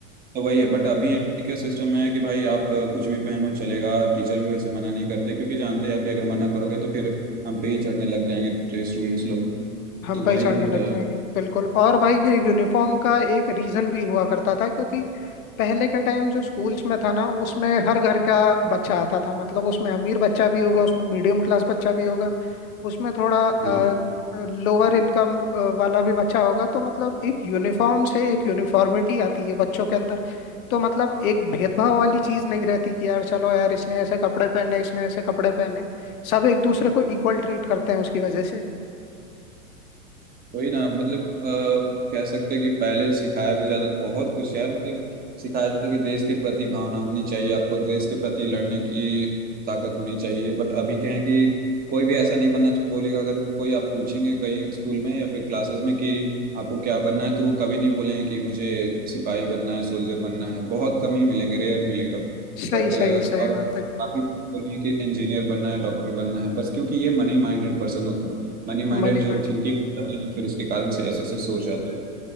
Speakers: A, on the right; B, on the left.
A: तो वही है बट अभी के सिस्टम में है कि भाई आप अ, कुछ भी पहनो चलेगा टीचर भी वैसे मना नहीं करते क्योंकि जानते हैं यार कि अगर मना करोगे तो फिर हम पे ही चढ़ने लग जाएंगे स्टूडेंट्स लोग
B: हम
A: तो
B: पहचानने
A: वही होता
B: लग
A: है
B: जाएंगे बिल्कुल और भाई ये यूनिफॉर्म का एक रीजन भी हुआ करता था क्योंकि पहले के टाइम जो स्कूल्स में था ना उसमें हर घर का बच्चा आता था मतलब उसमें अमीर बच्चा भी होगा उसमें मीडियम क्लास बच्चा भी होगा उसमें थोड़ा
A: वही
B: लोअर इनकम वाला भी बच्चा होगा तो मतलब एक यूनिफॉर्म से एक यूनिफॉर्मिटी आती है बच्चों के अंदर तो मतलब एक भेदभाव वाली चीज नहीं रहती कि यार चलो यार इसने ऐसे कपड़े पहने इसने ऐसे कपड़े पहने सब एक दूसरे को इक्वल ट्रीट करते हैं उसकी वजह से
A: वही ना मतलब अ, कह सकते हैं कि पहले सिखाया भी जाता था बहुत कुछ यार मतलब सिखाया जाता था कि देश के प्रति भावना होनी चाहिए आपको देश के प्रति लड़ने की ताकत होनी चाहिए बट अभी क्या है कि कोई भी ऐसा नहीं बनना बोलेगा अगर कोई आप पूछेंगे कहीं स्कूल में या फिर क्लासेस में कि आपको क्या बनना है तो वो कभी नहीं बोलेंगे कि मुझे सिपाही बनना है सोल्जर बनना है बहुत कम ही मिलेंगे रेयर मिलेगा
B: सही
A: बट
B: सही सही
A: और
B: बात है
A: काफी नहीं कि इंजीनियर बनना है डॉक्टर बनना है बस क्योंकि ये मनी माइंडेड पर्सन होते हैं मनी माइंडेड
B: Money
A: जो
B: mind
A: थिंकिंग होती है ना फिर इसके कारण से ऐसे ऐसे सोच आते हैं